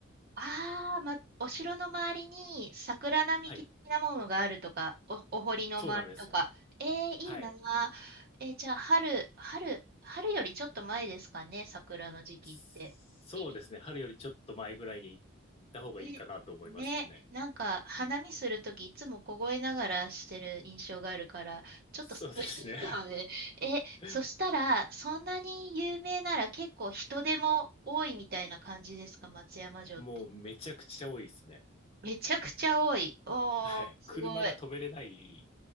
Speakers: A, on the right; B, on the left.
A: ああ、ま、お城の周りに桜並木的なものがあるとか、
B: はい、
A: お、お堀の周りとか。
B: そうなんですよ。
A: えーいいなあ。
B: はい。
A: えーじゃあ、春、春、春よりちょっと前ですかね、桜の時期って。
B: そうですね、
A: 微妙。
B: 春よりちょっと前ぐらいに行った方がいいかなと思いますね。
A: ね、ね、なんか、花見するときいつも凍えながらしてる印象があるから、
B: うん。
A: ちょっと寒いですよね。
B: そうですね。
A: え、
B: <laughs>
A: そしたら、そんなに有名なら結構人手も多いみたいな感じですか、松山城って。
B: もうめちゃくちゃ多いですね。
A: めちゃくちゃ多い。おー、
B: はい。
A: すごい。
B: 車が止めれない。